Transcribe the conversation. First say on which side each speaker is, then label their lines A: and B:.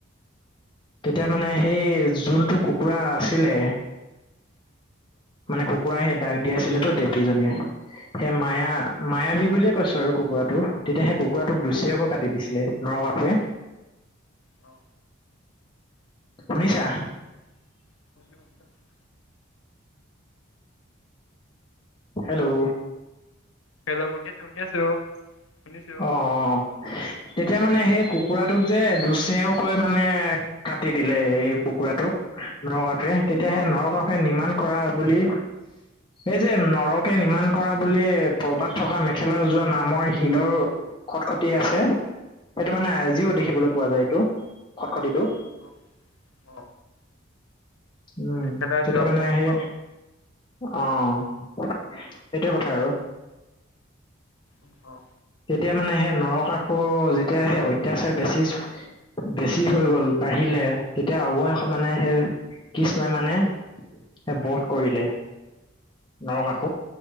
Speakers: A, on the left (about 25°); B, on the left (about 80°).
A: তেতিয়া মানে সেই যোনটো কুকুৰা আছিলে মানে কুকুৰা সেই দাগ দিয় আছিল তো দেৱীজনীয়ে। সেই মায়া মায়াবী বুলিয়ে কৈছো আৰু কুকুৰাটো তেতিয়া সেই কুকুৰাটোক দুচৰেক কৈ কাটি দিছিলে। নৰকাসুৰে।
B: অ'।
A: শুনিছা?
B: <inaudible>
A: হেল্ল'।
B: হেল্ল'। শুনি আছো শুনি আছো। শুনিছো
A: অ', অ', তেতিয়া মানে সেই কুকুৰাটোক যে দুচেও কৈ মানে কাটি দিলে এই কুকুৰাটোক নৰ কাফেৰে তেতিয়া
B: অ
A: সেই নৰ কাফৰে নিমান কৰা বুলি এই যে নৰকে নিৰ্মাণ কৰা বুলি পৰ্বাত থকা মেখেলা উ যোৱা নামৰ শিলৰ খট খটিটো আছে সেইটো মানে আজিও
B: অ
A: দেখিবলৈ পোৱা যায় এইটো খট খটিটো
B: অ অ
A: উম,
B: মেখেলা
A: তেতিয়া
B: যোৱা
A: মানে সেই
B: অ
A: অ', সেইটোয়ে কথা আৰু
B: উ অ'।
A: তেতিয়া মানে সেই নৰকাসুৰ যেতিয়া সেই অত্যাচাৰ বেছি বেছি হৈ গ'ল বাঢ়িলে তেতিয়া অৱশেষ মানে সেই কৃষ্ণ নাই মানে সেই বধ কৰিলে নৰকাসুক
B: অ অ